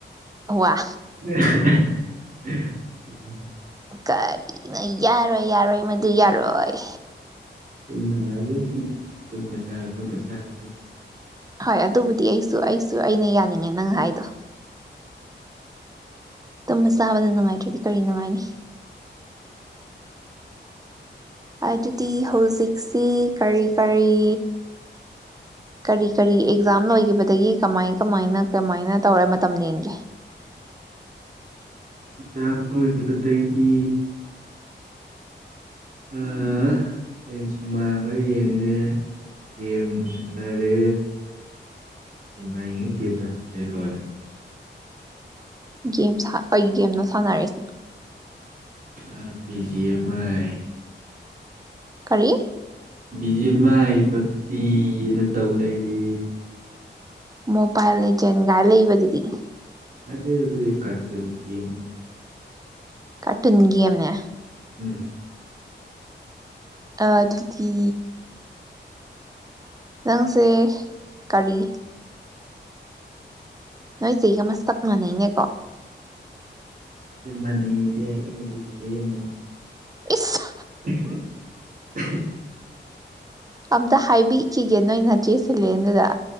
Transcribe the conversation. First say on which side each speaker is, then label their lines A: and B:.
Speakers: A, on the right; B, on the right.
A: ꯋꯥ
B: <unintelligible>
A: ꯀꯔꯤꯅ ꯌꯥꯔꯣꯏ ꯌꯥꯔꯣꯏ ꯃꯗꯨ ꯌꯥꯔꯣꯏ
B: ꯅꯨꯡꯉꯥꯏꯗꯧꯁꯤ ꯇꯨꯝꯃ ꯆꯥꯔꯥ ꯇꯨꯝꯃ ꯆꯥꯔꯥ
A: ꯍꯣꯏ ꯑꯗꯨꯕꯨꯗꯤ ꯑꯩꯁꯨ ꯑꯩꯁꯨ ꯑꯩꯅ ꯌꯥꯅꯤꯡꯉꯦ ꯅꯪ ꯍꯥꯏꯗꯣ ꯇꯨꯝꯕ ꯆꯥꯕꯗ ꯅꯨꯡꯉꯥꯏꯇ꯭ꯔꯗꯤ ꯀꯔꯤ ꯅꯨꯡꯉꯥꯏꯅꯤ ꯑꯗꯨꯗꯤ ꯍꯧꯖꯤꯛꯁꯤ ꯀꯔꯤ ꯀꯔꯤ ꯀꯔꯤ ꯀꯔꯤ ꯑꯦꯛꯖꯥꯝ ꯂꯣꯏꯒꯤꯕꯗꯒꯤ ꯀꯃꯥꯏ ꯀꯃꯥꯏꯅ ꯀꯃꯥꯏꯅ ꯇꯧꯔ ꯃꯇꯝ ꯂꯦꯟꯒꯦ
B: ꯑꯦꯛꯖꯥꯝ ꯂꯣꯢꯒꯤꯕꯗꯒꯤ ꯑꯥ ꯁꯤꯅꯦꯃꯥ ꯈꯔ ꯌꯦꯡꯉꯦ ꯒꯦꯝ ꯁꯥꯟꯅꯔꯦ ꯁꯤꯅꯦꯃꯥ ꯌꯦꯡꯉꯤ ꯒꯦꯝ ꯁꯥꯟꯅꯔꯦ ꯂꯣꯏꯔꯦ
A: ꯒꯦꯝ ꯁꯥ ꯀꯩ ꯒꯦꯝꯅꯣ ꯁꯥꯟꯅꯔꯤꯁꯤ
B: ꯑ ꯕꯤ ꯖꯤ ꯑꯦꯝ ꯑꯥꯏ
A: ꯀꯔꯤ
B: ꯕꯤ ꯖꯤ ꯑꯦꯝ ꯑꯥꯏ ꯄꯞꯖꯤꯅ ꯇꯧ ꯂꯩꯔꯦ
A: ꯃꯣꯕꯥꯏꯜ ꯂꯤꯖꯦꯟ ꯒꯥꯏ ꯂꯩꯕꯗꯨꯗꯤ
B: ꯑꯗ ꯑꯗꯨꯗꯤ ꯀꯥꯔꯇꯨꯟꯒꯤ ꯒꯦꯝꯅꯤ
A: ꯀꯥꯔꯇꯨꯟ ꯒꯦꯝꯅꯦ
B: ꯎꯝ
A: ꯑ ꯑꯗꯨꯗꯤ ꯅꯪꯁꯦ ꯀꯔꯤ ꯅꯣꯏ ꯆꯦꯒ ꯃꯁꯛ ꯃꯥꯟꯅꯩꯅꯦꯀꯣ
B: ꯃꯥꯅꯩꯌꯦꯗꯤ ꯍꯥꯏ ꯑꯩꯅꯗꯤ ꯐꯖ ꯍꯦꯟꯕꯅꯤ
A: ꯏꯁ
B: <unintelligible> <unintelligible>
A: ꯑꯝꯇ ꯍꯥꯏꯕꯤꯈꯤꯒꯦ ꯅꯣꯏ ꯅꯆꯦ ꯁꯤꯜꯂꯦꯟ ꯗꯨꯗ